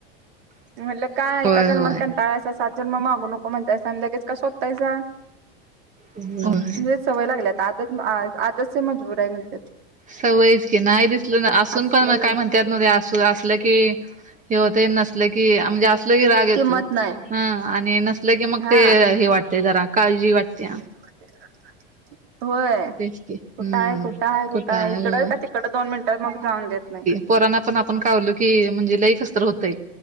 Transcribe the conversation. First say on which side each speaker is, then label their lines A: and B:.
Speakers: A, on the right; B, on the right.
A: <inaudible>
B: म्हटलं काय
A: होय
B: एका जनमात
A: होय
B: काण टाळायचा सात जन्म मागू नको म्हणतायचा आणि लगेच का शोधतायचा
A: ह
B: म्हणजे सवय लागल्या आदत आदतचे मजबूर आहे म्हणज
A: सवयच की नाही दिसल ना असून
B: असलं
A: पण म काय म्हण त्या अस अस की हे होत नस की म्हणजे नलं की राग येतोय
B: किंमत नाही
A: ह आणि नसलं की मग
B: हा
A: ते हे वाटतय जरा काळजी वाटते
B: <inaudible> होय
A: तेच की हम्म
B: कुठं आहे कुठं आहे कुठं आहे इकडं
A: होय
B: का तिकडं दोन मिनिटं मग जाऊन देत नाही
A: पोरना पण आपण कालो की म्हणजे लई कसत होतय